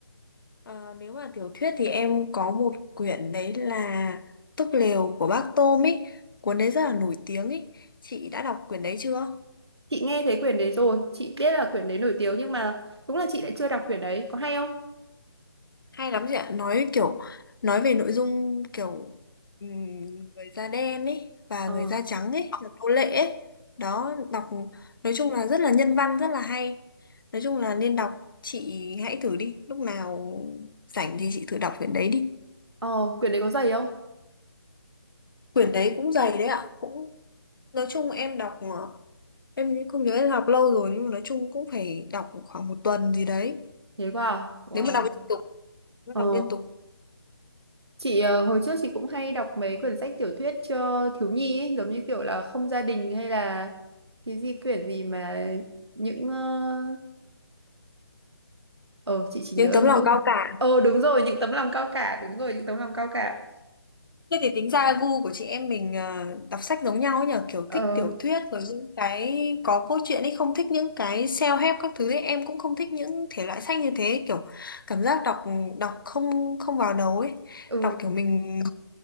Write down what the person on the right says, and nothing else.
Chị nghe thấy quyển đấy rồi, chị biết là quyển đấy nổi tiếng nhưng mà đúng là chị lại chưa đọc quyển đấy, có hay không?
Ờ,
ờ, quyển đấy có dày không?
Thế quá à? Wow.
Ờ.
Chị ờ, hồi trước chị cũng hay đọc mấy quyển sách tiểu thuyết cho thiếu nhi ấy, giống như kiểu là Không gia đình hay là cái gì quyển gì mà những ờ ờ, chị chỉ nhớ
được mỗi
ờ đúng rồi những tấm lòng cao cả đúng rồi những tấm lòng cao cả
ờ
ừ